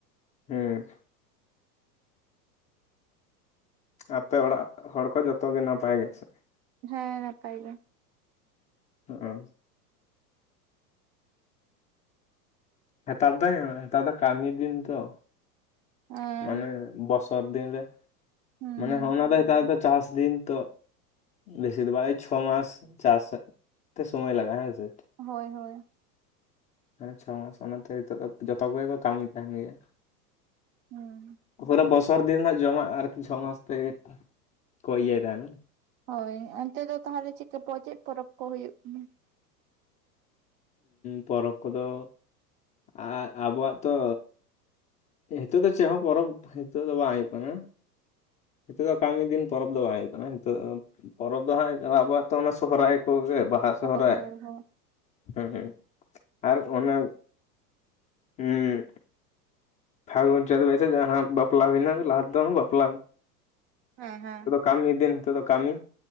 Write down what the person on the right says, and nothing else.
ᱦᱮᱸ ᱱᱟᱯᱟᱭ ᱜᱮ᱾
ᱦᱮᱸ
ᱦᱩᱸ
ᱦᱩᱸ
ᱦᱳᱭ ᱦᱳᱭ
ᱦᱩᱸ
ᱦᱳᱭ ᱚᱱᱛᱮ ᱫᱚ ᱛᱟᱦᱚᱞᱮ ᱪᱮᱫᱠᱟ ᱯᱪᱮᱫ ᱯᱚᱨᱚᱵᱽ ᱠᱚ ᱦᱩᱭᱩᱜ ᱠᱟᱱᱟ?
ᱦᱳᱭ ᱦᱳᱭ ᱦᱳᱭ
ᱦᱮᱸ ᱦᱮᱸ